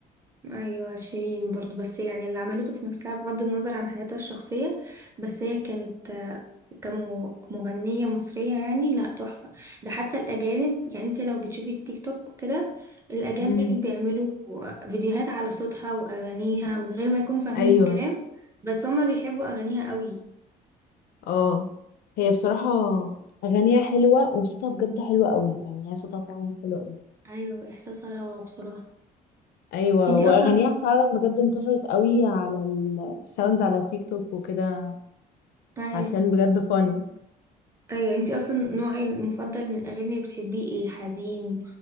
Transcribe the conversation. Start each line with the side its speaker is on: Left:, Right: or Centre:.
Right: ايوه شيرين برضو بس يعني اللي عملته في نفسها بغض النظر عن حياتها الشخصية بس هي كانت آه، كم- كمغنية مصرية يعني لا تحفة ده حتى الأجانب يعني انت لو بتشوفي التيك توك وكده الأجانب
Left: امم
Right: بيعملوا فيديوهات على صوتها وأغانيها من غير ما يكونوا فاهمين
Left: ايوه
Right: الكلام بس هما بيحبوا أغانيها قوي
Left: اه هي بصراحة اغانيها حلوة وصوتها بجد حلو قوي يعني هي صوتها فعلا حلو قوي
Right: ايوه احساسها روعة بصراحة
Left: ايوه
Right: انتي
Left: واغانيها
Right: اصلا
Left: فعلا بجد انتشرت قوي على ال- الساوندز على تيك توك وكده
Right: ايوه
Left: عشان بجد فن
Right: ايوه انتي اصلا نوعي المفضل من الاغاني اللي بتحبيه ايه حزين